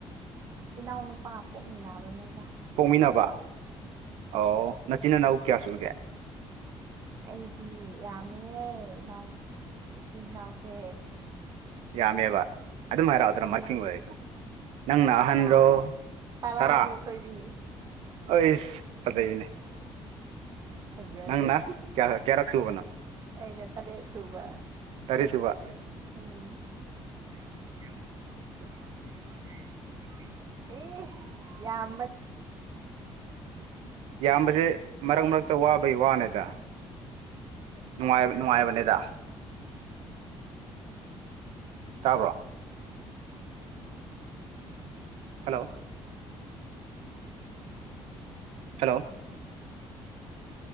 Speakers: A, on the right; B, on the right.
A: ꯏꯅꯥꯎ ꯅꯨꯨꯄꯥ ꯄꯣꯛꯃꯤꯟꯅꯕꯅ‌ꯦꯗꯥ
B: ꯄꯣꯛꯃꯤꯟꯅꯕ ꯑꯧ ꯅꯆꯤꯟ ꯅꯅꯥꯎ ꯀꯌꯥ ꯁꯨꯒꯦ
A: ꯑꯩꯗꯤ ꯌꯥꯝꯃꯦꯍ‌‌ꯦ ꯏꯅꯥꯎ ꯏꯆꯤꯟ ꯏꯅꯥꯎꯁꯦ
B: ꯌꯥꯝꯃꯦꯕ ꯑꯗꯨꯝ ꯍꯥꯏꯔꯛꯑꯣꯗ꯭ꯔꯣ
A: ꯎꯝ
B: ꯃꯁꯤꯡ ꯑꯣꯏꯔꯤꯗ‌ꯣ ꯅꯪꯅ ꯑꯍꯟꯔꯣ
A: ꯇꯔꯥ ꯇꯔꯥꯅꯤ
B: ꯇꯔꯥ
A: ꯑꯩꯈꯣꯏꯗꯤ
B: ꯑꯩꯁ ꯐꯖꯩꯅꯦ
A: ꯐꯖꯔꯅꯤ
B: ꯅꯪꯅ ꯀꯌꯥ ꯀꯌꯥꯔꯛ ꯁꯨꯕꯅꯣ
A: ꯑꯩꯅ ꯇꯔꯦꯠ ꯁꯨꯕ
B: ꯇꯔꯦꯠ ꯁꯨꯕ
A: ꯇꯔ‌ꯦꯠ ꯁꯨꯕ ꯎꯝ ꯑꯁ ꯌꯥꯝ ꯂꯨꯅ ꯇꯥꯎꯔꯝꯒꯗꯕ ꯃꯥꯜꯂꯦꯍ‌ꯦ <unintelligible> ꯏ ꯌꯥꯝꯃ
B: ꯌꯥꯝꯕꯁꯦ ꯃꯔꯛ ꯃꯔꯛꯇ ꯋꯥꯕꯩ ꯋꯥꯅꯦꯗ ꯅꯨꯡꯉꯥꯏ ꯅꯨꯡꯉꯥꯏꯕꯅꯦꯗ ꯇꯥꯕ꯭ꯔꯣ ꯍꯜꯂꯣ ꯍꯜꯂꯣ